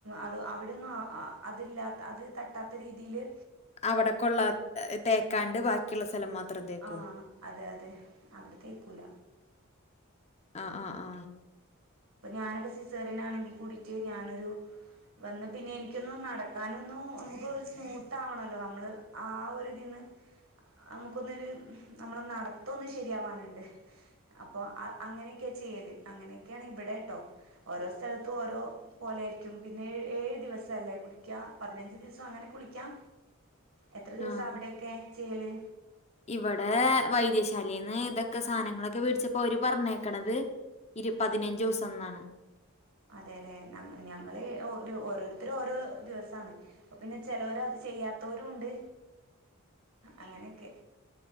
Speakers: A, on the right; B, on the left.
A: അത് അവിടെയൊന്നും ആഹ് ആഹ് അതില്ലാത്ത അത് തട്ടാത്ത രീതിയില്
B: അവിടെ കൊള്ള തേക്കാണ്ട് ബാക്കിയുള്ള സ്ഥലം മാത്രം തേക്കുവോ?
A: ആ അതെ അതെ അവിടെ തേക്കൂല.
B: ആഹ് ആഹ് ആഹ്
A: അപ്പൊ ഞാനെക്കെ സിസേറിയൻ ആണെങ്കിൽ കൂടിട്ട് ഞാനൊരു വന്ന് പിന്നെ എനിക്ക്. എനിക്ക് ഒന്ന് നടക്കാനൊന്നും നമുക്ക് ഒരു സ്മൂത്ത് ആവണല്ലോ, നമ്മള് ആഹ് ഒരു ഇതിന്ന്. നമുക്കൊന്നൊരു നമ്മളെ നടത്തൊന്ന് ശരിയാവാനുണ്ട്. അപ്പൊ ആഹ് അങ്ങനെയൊക്കെ ചെയ്യല്, അങ്ങനെയെക്കെയാണ് ഇവിടെ കേട്ടോ ഓരോ സ്ഥ ലത്ത് ഓരോ പോലെയിരിക്കും. പിന്നെ ഏഴ് ദിവസം അല്ലേ കുളിക്കാം, പതിനഞ്ച് ദിവസം അങ്ങനെ കുളിക്കാം. എത്ര ദിവസം
B: ആഹ്
A: അവിടെ ഒക്കെ ചെയ്യല്?
B: ഇവിടെ വൈദ്യശാലന്ന് ഇതൊക്കെ സാധനങ്ങളെക്കെ മേടിച്ചപ്പോ അവര് പറഞ്ഞേക്കേണത്. ഇരു പതിനഞ്ച് ദിവസവാണ്.
A: അതെല്ലേ, ഞങ്ങള് ഓരോരുത്തരും ഓരോ ദിവസാണ്. അപ്പൊ പിന്നെ ചെലവരെ അത് ചെയ്യാത്തോരും ഒണ്ട്, അങ്ങനെയെക്കെ.